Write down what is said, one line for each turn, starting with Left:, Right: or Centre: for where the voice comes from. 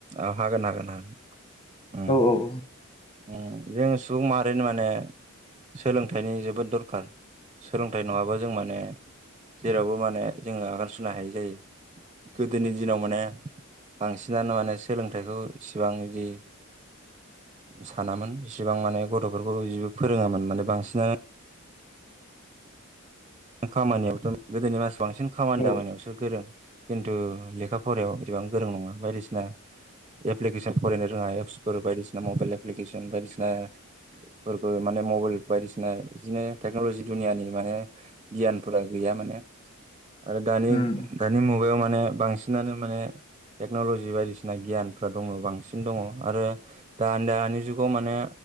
Right: औ हागोन हागोन। उम
Left: औ औ औ।
Right: उम जों सुबुं माहारिनो माने सोलोंथायनि जोबोद दरखार सोलों थाय नङाबा जों माने जेरावबो माने जोङो आगान सुरनो हायै जायो। गोदोनि दिनाव माने बांसिनानो माने सोलोंथायखौ इसिबां इदि सानामोन इसिबां माने गथ'फोरखौ बिदिबो फोरोङामोन माने बांसिनानो खामानियावथ' गोदोनि मानसि बांसिन खामानि
Left: औ
Right: दामानियावसो गोरों। खिन्थु लेखा फरायाव एथ'बां गोरों नङा बायदिसिना एप्लिकेसन फरायनो रोङा एप्सफोर बायदिसिना मबायल एप्लिकेसन बायदिसिना फोरबो माने मबायल बायदिसिना बिदिनो टेक्न'लजि दुनियानि माने गियानफोरा गैया माने आरो दानि
Left: उम
Right: दानि मुगायाव माने बांसिनानो माने टेक्न'लजि बायदिसिना गियान फोरा दङ' बांसिन दङ' आरो दा-दानि जुगाव माने